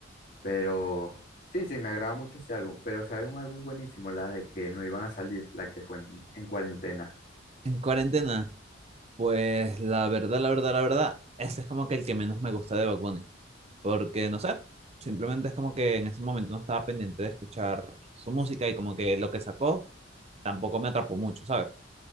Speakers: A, on the left; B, on the right.
A: pero sí, sí, me agrada mucho ese álbum, pero sabes, un álbum buenísimo, la de que no iban a salir, la que fue en, en cuarentena.
B: En cuarentena. Pues la verdad, la verdad, la verdad, ese es como que el que menos me gusta de Bad Bunny. Porque no sé, simplemente es como que en ese momento no estaba pendiente de escuchar su música y como que lo que sacó tampoco me atrapó mucho, ¿sabes?